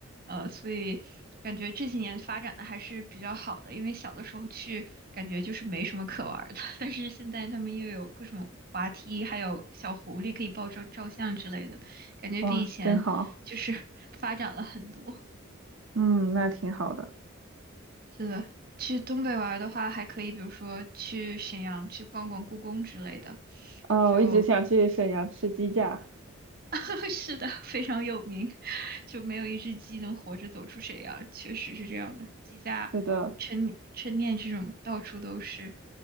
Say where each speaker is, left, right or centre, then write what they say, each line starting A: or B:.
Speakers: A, on the right; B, on the right.
A: 呃，所以感觉这几年发展的还是比较好的，因为小的时候去感觉就是没什么可玩儿的，<laughs> 但是现在他们又有各种滑梯，还有小狐狸可以抱照照相之类的，感觉比以前就是发展了很多。
B: 哇，真好，嗯，那挺好的。
A: 是的，去东北玩儿的话，还可以，比如说去沈阳去逛逛故宫之类的，
B: 哦，
A: 就
B: 我一直想去沈阳吃鸡架。
A: <laughs> 是的，非常有名，<laughs> 就没有一只鸡能活着走出沈阳，确实是这样的。鸡架、
B: 是的，
A: 抻面、抻面这种到处都是，